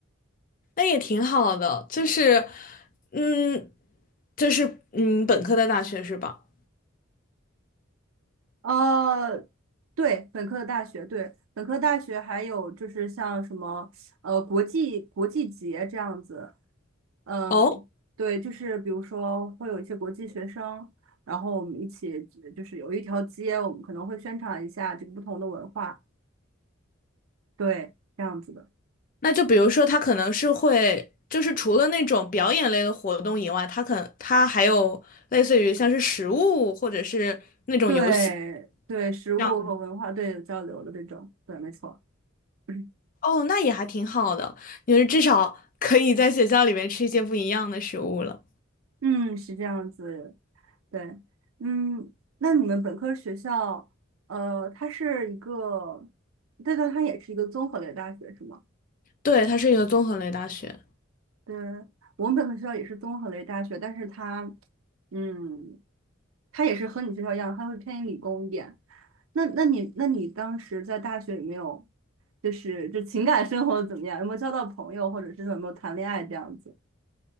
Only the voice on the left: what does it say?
那也挺好的，就是，嗯，就是嗯，本科的大学是吧？
哦，
那就比如说，他可能是会，就是除了那种表演类的活动以外，他可他还有类似于像是食物或者是那种游戏
这样子。
哦，那也还挺好的，因为至少 <laughs> 可以在学校里面吃一些不一样的食物了。
对，它是一个综合类大学。